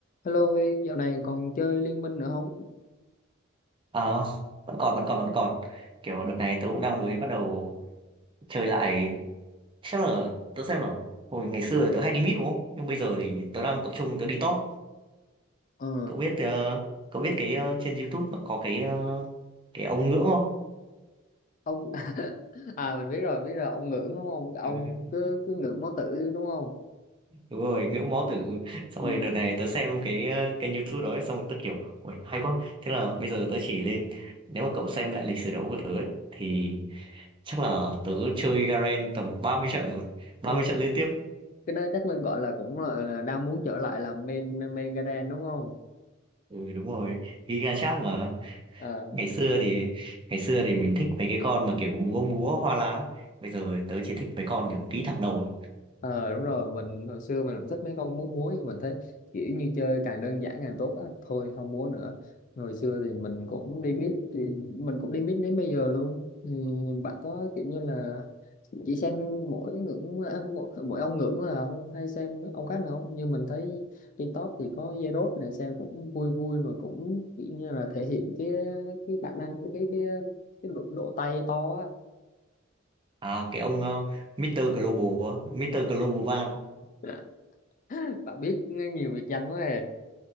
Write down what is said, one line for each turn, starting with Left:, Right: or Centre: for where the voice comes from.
Left: Hello Huy, dạo này còn chơi Liên Minh nữa không?
Right: Ờ, vẫn còn vẫn còn vẫn còn kiểu đợt này tớ cũng đang mới bắt đầu chơi lại chắc là tớ xem nào hồi ngày xưa thì tớ hay đi mid đúng không nhưng bây giờ thì tớ đang tập trung tớ đi top
Left: Ờ,
Right: cậu biết ờ, cậu biết cái ờ, trên YouTube nó có cái ờ, cái ông ngưỡng không
Left: ông <laughs> à mình biết rồi, biết rồi, ông ngưỡng đúng không? Ông
Right: Ừ,
Left: cứ cứ ngưỡng máu tử đúng không?
Right: đúng rồi ngưỡng mó tử xong
Left: Ừ.
Right: rồi đợt này tớ xem cái ờ, kênh YouTube đó ấy, xong tớ kiểu ui hay quá thế là bây giờ tớ chỉ lên nếu mà cậu xem lại lịch sử đấu của tớ ấy, thì chắc là tớ chơi Garen tầm 30 trận rồi
Left: Ờ,
Right: 30 trận liên tiếp
Left: cái đó chắc Linh gọi là cũng là, là đang muốn trở lại làm main main Garden đúng không?
Right: Ừ đúng rồi, Giga Chat mà.
Left: Ờ,
Right: Ngày xưa thì ngày xưa thì mình thích mấy cái con mà kiểu múa múa hoa lá. Bây giờ tớ chỉ thích mấy con kiểu ký thẳng đầu.
Left: Ờ đúng rồi, mình hồi xưa mình cũng thích mấy con múa múa nhưng mình thấy kiểu như chơi càng đơn giản càng tốt á, thôi không múa nữa. Hồi xưa thì mình cũng đi mít thì mình cũng đi mít đến bây giờ luôn. Ừ, bạn có kiểu như là chỉ xem mỗi ngưỡng à, mỗi, mỗi ông ngưỡng là không hay xem ông khác nữa không? Như mình thấy đi top thì có Zerod này xem cũng vui vui mà cũng kiểu như là thể hiện cái cái khả năng cái cái cái độ, độ tay to á.
Right: À cái ông uh, Mr. Global, á, Mr. Global Van.
Left: <laughs> Bạn biết nhiều biệt danh quá à.